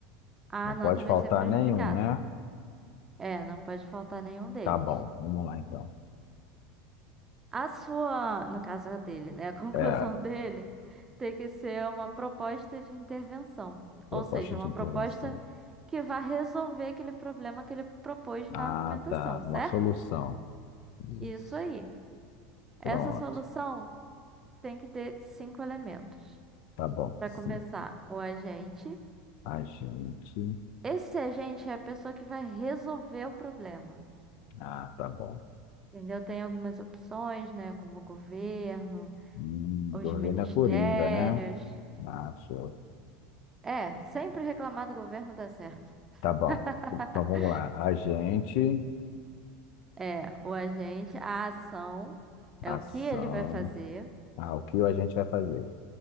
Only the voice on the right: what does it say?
a
nota vai
ser prejudicada.
É, não pode faltar nenhum deles.
A sua, no caso a dele, né? A <laughs> conclusão
dele tem que ser uma proposta de intervenção,
ou seja,
uma
proposta que vá resolver aquele problema que ele propôs na
argumentação,
certo?
Isso aí. Essa
solução tem que ter cinco elementos.
Para
começar, o agente.
Esse agente é a pessoa que vai resolver o problema.
Entendeu? Tem algumas opções, né? Como o governo,
os
ministérios.
É, sempre reclamar do governo dá certo.
<laughs>
É, o agente, a ação é
o que ele vai fazer.